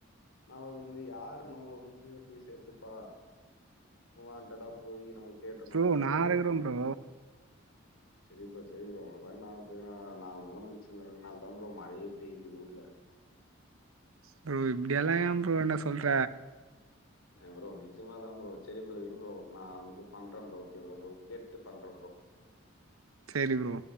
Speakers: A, on the left; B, on the right.
A: நமளருந்து யாரு நம்மள வந்து எப்டி சேத்துப்பா வாண்டடா போய் நமக்கு கேட்டோனா
B: ப்ரோ
A: வந்து
B: நான்
A: சேத்துக்க
B: இருக்கிறேன்
A: மாட்றாங்க
B: ப்ரோ.
A: சேரி ப்ரோ சேரி ப்ரோ உங் இந்த மாரி நாலு பேர் நாலு நல்ல மனுஷங்க இருக்க நாலதா ப்ரோ மழயே பெய்து ஊர்ல
B: ப்ரோ இப்டியெல்லா எ ப்ரோ என்ன சொல்ற
A: ய ப்ரோ நிஜமாதா ப்ரோ சேரி ப்ரோ இரு ப்ரோ நா வந்து பண்ற ப்ரோ ஓகே ப்ரோ ப்ரோ கேட்டு பண்ற ப்ரோ
B: சேரி ப்ரோ